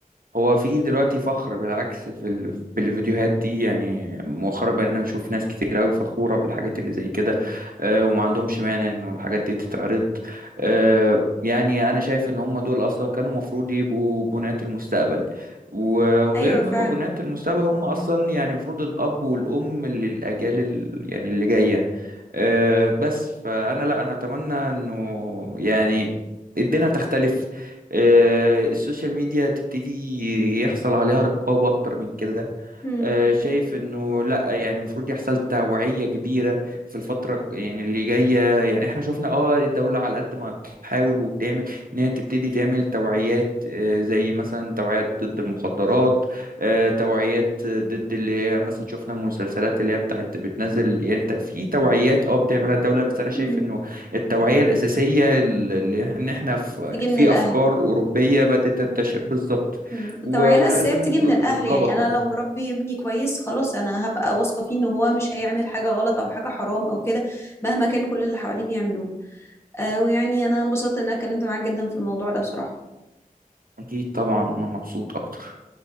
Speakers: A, on the right (about 70°); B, on the left (about 15°).
A: هو في دلوقتي فخر بالعكس في ال... بالفيديوهات دي يعني مؤخرا بقينا نشوف ناس كتير قوي فخورة بالحاجات اللي زي كده آه، وما عندهمش مانع انه الحاجات دي تتعرض آه، يعني انا شايف ان هم دول اصلا كانوا مفروض يبقوا بناة المستقبل و- وغير
B: ايوه
A: ان
B: فعلا
A: هم بناة المستقبل هم اصلا يعني المفروض الاب والام للاجيال ال- يعني اللي جاية آه، بس فانا لا انا اتمنى انه يعني الدنيا تختلف آه، السوشيال ميديا تبتدي يحصل عليها رقابة اكتر من كده
B: مم.
A: آه، شايف انه لا يعني المفروض يحصل توعية كبيرة في الفترة يعني اللي جاية يعني احنا شفنا اه الدولة على قد ما بتحاول وبتعمل ان هي تبتدي تعمل توعيات آه، زي مثلا توعيات ضد المخدرات آه، توعيات ضد اللي هي مثلا شفنا المسلسلات اللي هي بتاعت بتنزل يعني ت- في توعيات اه بتعملها الدولة بس انا شايف
B: مم.
A: انه التوعية الأساسية اللي ان احنا في
B: تيجي من
A: في
B: الاهل
A: افكار أوروبية بدأت تنتشر بالظبط
B: مم.
A: و-
B: التوعية الأساسية
A: ولازم
B: بتيجي من
A: رقابة
B: الأهل يعني
A: كمان
B: أنا لو مربي ابني كويس خلاص أنا هبقى واثقة فيه إن هو مش هيعمل حاجة غلط أو حاجة حرام أو كده مهما كان كل اللي حواليه بيعملوها آه ويعني أنا انبسطت إن أنا اتكلمت معاك جدا في الموضوع ده بصراحة
A: أكيد طبعا وأنا مبسوط أكتر